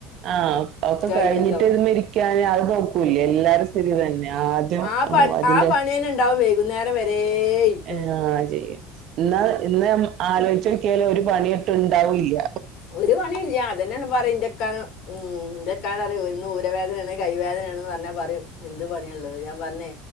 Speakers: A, on the right; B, on the left.
A: ആഹ ഒക്കെ
B: കഴിഞ്ഞിട്ടുണ്ടാവും
A: കഴിഞ്ഞിട്ട് വന്ന് ഇരിക്കാന് അത് നോക്ക ല്ലേ എല്ലാരും സ്ഥിതി ഇത് തന്നെ ആദ്യം
B: ആ പണി
A: ഓ അതിന്റെ
B: ആ പണി തന്നെ ഉണ്ടാവും വൈകുന്നേരം വരെ ഇരിക്കണം
A: ഉം <inaudible> ഒരു പണിയിട്ടുണ്ടാവില്ല
B: ഒരു പണില്ല അത് തന്നെയാണ് പറയെൻ്റെ ക്കാ എൻ്റെക്കാന്ന് എന്തൊക്കാറിയോ തലവേദനയാണ് കൈവേദനയാന്ന് പറഞ്ഞ പറയും എന്ത് പണിയാ ഉള്ളത് ഞാൻ പറഞ്ഞേ